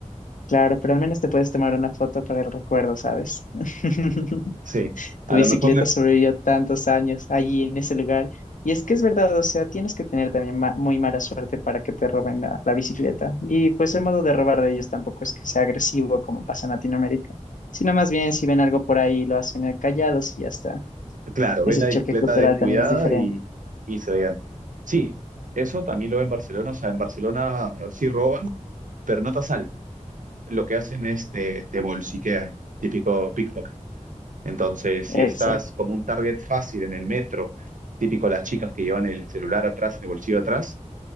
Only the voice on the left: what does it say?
Claro, pero al menos te puedes tomar una foto para el recuerdo, ¿sabes? <laughs>
Tu
bicicleta
sobrevivió tantos años allí en ese lugar. Y es que es verdad, o sea, tienes que tener también ma- muy mala suerte para que te roben la, la bicicleta. Y pues el modo de robar de ellos tampoco es que sea agresivo como pasa en Latinoamérica, sino más bien si ven algo por ahí lo hacen eh, callados y ya está.
Ese
choque cultural
también es diferente.
Exacto.